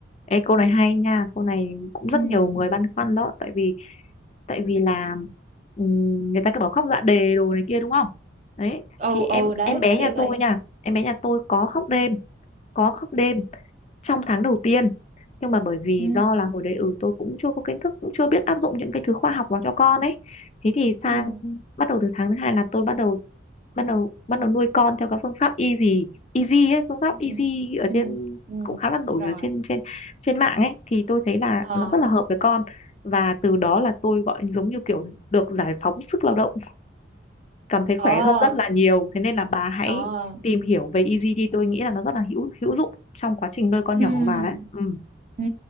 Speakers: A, on the left (about 35°); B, on the right (about 40°).
A: Ê, câu này hay nha, câu này cũng rất
B: Ừ.
A: nhiều người băn khoăn đó, tại vì tại vì là ừm, người ta cứ bảo khóc dạ đề đồ này kia đúng không đấy
B: ừ
A: thì em
B: ừ đấy
A: em bé
B: kiểu
A: nhà tôi
B: vậy
A: nha em bé nhà tôi có khóc đêm có khóc đêm trong tháng đầu tiên nhưng mà bởi vì
B: ừ
A: do là hồi đấy ừ tôi cũng chưa có kiến thức cũng chưa biết áp dụng những cái thứ khoa học vào cho con ấy thế thì
B: ừ
A: sang bắt đầu từ tháng thứ hai là tôi bắt đầu bắt đầu bắt đầu nuôi con theo các phương pháp easy easy ấy phương pháp
B: ừ
A: easy ở
B: ừ
A: trên
B: ừ
A: cũng khá là nổi
B: rồi
A: ở trên trên trên mạng ấy thì tôi thấy là
B: ờ
A: nó rất là hợp với con và từ đó là tôi gọi giống như kiểu được giải phóng sức lao động cảm thấy khỏe
B: ờ
A: hơn rất là nhiều thế nên là bà hãy
B: ờ
A: tìm hiểu về easy đi tôi nghĩ là nó rất là hữu hữu dụng trong quá trình nuôi con
B: ừ
A: nhỏ của bà đấy ừ,
B: ừ